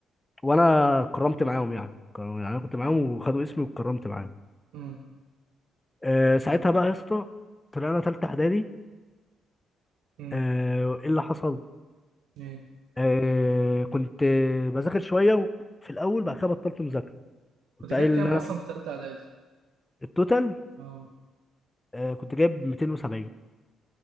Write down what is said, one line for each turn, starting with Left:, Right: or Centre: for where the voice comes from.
Left: وانا اتكرمت معاهم يعني كانوا يعني انا كنت معاهم وخدوا اسمي واتكرمت معاهم
Right: امم
Left: أه ساعتها بقى يا اسطى طلعنا تالتة اعدادي
Right: امم
Left: آه، ايه اللي حصل؟
Right: ايه
Left: آه كنت بذاكر شويه في الاول بعد كده بطلت مذاكره
Right: كنت
Left: كنت
Right: جايب
Left: قايل
Right: كام
Left: ان انا
Right: اصلا في ثالثه اعدادي
Left: في التوتال
Right: اه
Left: آه كنت جايب 270